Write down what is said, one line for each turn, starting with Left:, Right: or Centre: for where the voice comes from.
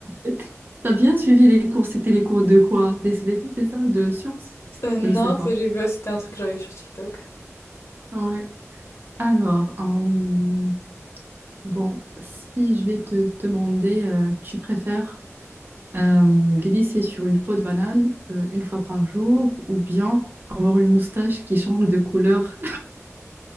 Right: jette. T'as bien suivi les cours, c'était les cours de quoi? Des SVT, c'est ça? De sciences?
Left: Euh, non,
Right: Je sais pas.
Left: ça, j'ai vu, c'était un truc que j'avais vu sur TikTok.
Right: Ouais. Alors, euh, bon, si je vais te demander, euh, tu préfères euh, glisser sur une peau de banane euh, une fois par jour ou bien avoir une moustache qui change de couleur